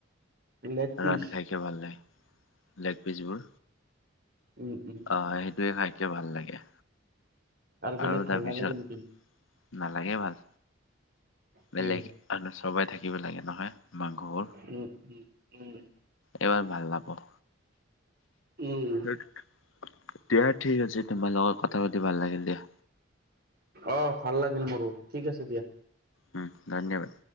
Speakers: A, on the right; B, on the left.
A: লেগ পিচ
B: ৰান খাইকে ভাল লে। লেগ পিচবোৰ
A: উম, উম
B: অঁ সেইটোৱে খাইকে ভাল লাগে।
A: বেলেগ
B: আৰু
A: ভাল
B: তাৰপিছত
A: নালাগে নেকি?
B: নালাগে ভাল
A: কিয়?
B: বেলেগ। আনো সবাই থাকিব লাগে নহয়। মাংসবোৰ
A: উম উম উম,
B: এইবাৰ ভাল নাপাওঁ
A: উম,
B: দিয়া ঠিক আছে তোমাৰ লগত কথা পাতি ভাল লাগিল দিয়া।
A: অঁ ভাল লাগিল মোৰো ঠিক আছে দিয়া।
B: উম ধন্যবাদ।